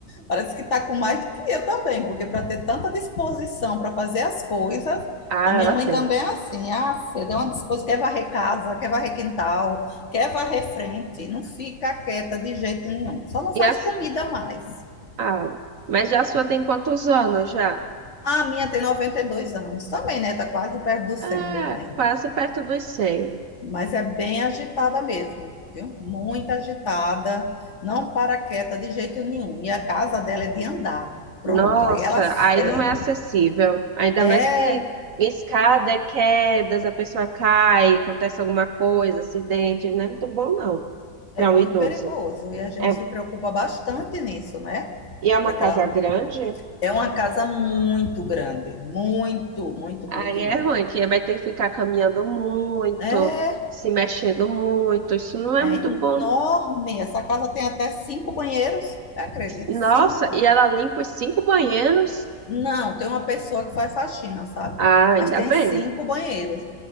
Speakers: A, on the left (about 45°); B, on the right (about 60°).
A: Parece que tá com mais do que eu também, porque para ter tanta disposição para fazer as coisas,
B: Ah,
A: a minha
B: ela
A: mãe
B: tem.
A: também é assim, ah, você deu uma disposição, quer varrer casa, quer varrer quintal, quer varrer frente, não fica quieta de jeito nenhum, só não faz
B: E a
A: comida mais.
B: Ah, mas já a sua tem quantos anos já?
A: Ah, A minha tem 92 anos também, né? Tá quase perto do 100
B: Ah,
A: também.
B: quase perto dos 100.
A: Mas é bem agitada mesmo, viu? Muito agitada, não para quieta de jeito nenhum. E a casa dela é de andar. Pronto,
B: Nossa,
A: aí ela
B: aí
A: é,
B: não é acessível. Ainda
A: é,
B: mais que escada é quedas, a pessoa cai, acontece alguma coisa, acidente. Não é muito bom, não,
A: é
B: para
A: muito
B: um idoso.
A: perigoso e a gente
B: É,
A: se preocupa bastante nisso, né?
B: e é uma
A: Para
B: casa
A: que ela
B: grande,
A: é uma casa muito grande, muito, muito,
B: aí
A: muito,
B: é
A: muito.
B: ruim, que vai ter que ficar caminhando muito,
A: É,
B: se mexendo muito. Isso não é
A: é
B: muito bom.
A: enorme. Essa casa tem até cinco banheiros, acredito,
B: Nossa,
A: cinco.
B: e ela limpa os cinco banheiros?
A: Não, tem uma pessoa que faz faxina, sabe?
B: Ah, ainda
A: Mas tem
B: bem.
A: cinco banheiros,